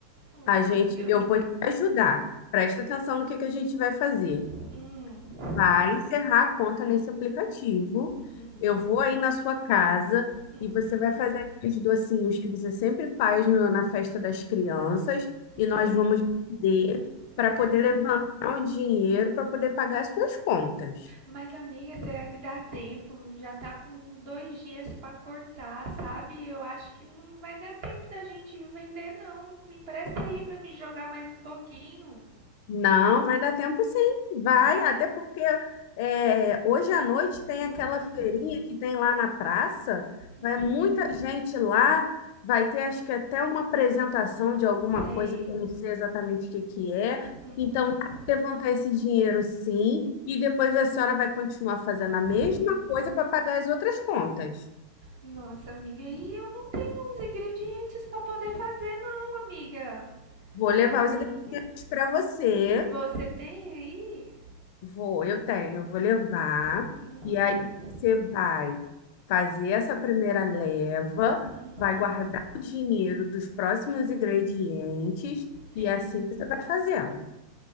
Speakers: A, on the right (about 60°); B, on the left (about 60°).
A: Ô,
B: A
A: oh, amigão.
B: gente, eu vou te ajudar. Presta atenção no que que a gente vai fazer.
A: Hum,
B: Vai encerrar a conta nesse aplicativo.
A: uhum,
B: Eu vou aí na sua casa
A: uhum,
B: e você vai fazer aqueles docinhos que você sempre faz no- na festa das crianças e nós
A: sei.
B: vamos vender para
A: Uhum.
B: poder levantar o dinheiro para poder pagar as suas contas.
A: Mas, amiga, será que dá tempo? Já tá com dois dias pra cortar, sabe? Eu acho que não vai dar tempo da gente vender, não. Me empresta aí pra me jogar mais um pouquinho.
B: Não, vai dar tempo sim, vai, até porque é, hoje à noite tem
A: Uhum,
B: aquela feirinha que tem lá na praça,
A: uhum,
B: vai muita gente lá, vai ter acho que até uma apresentação de alguma
A: sei.
B: coisa que eu não sei exatamente o que que é,
A: Uhum,
B: então dá pra levantar esse dinheiro sim, e depois a senhora vai continuar fazendo a mesma
A: sim.
B: coisa para pagar as outras contas.
A: Nossa, amiga, e eu não tenho os ingredientes pra poder fazer, não, amiga.
B: Vou levar
A: Eu não
B: os
A: tenho
B: ingredientes
A: aqui.
B: para você
A: Você tem aí?
B: Vou, eu tenho, eu vou levar.
A: Uhum.
B: E aí você vai fazer essa primeira leva,
A: Uhum,
B: vai guardar o dinheiro dos próximos ingredientes
A: sim.
B: e assim você vai fazendo.